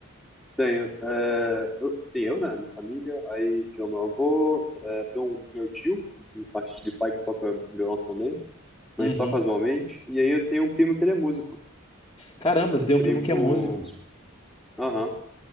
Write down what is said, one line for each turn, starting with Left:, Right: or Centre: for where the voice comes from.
Centre: Tenho. É, eu, tem eu, né? Minha família. Aí tem o meu avô, é, tem um meu tio, de parte de pai, que toca violão também, mas
Left: Uhum.
Centre: só casualmente. E aí eu tenho um primo que ele é músico.
Left: Caramba, você
Centre: Um
Left: tem
Centre: primo.
Left: um primo que é músico.
Centre: Aham.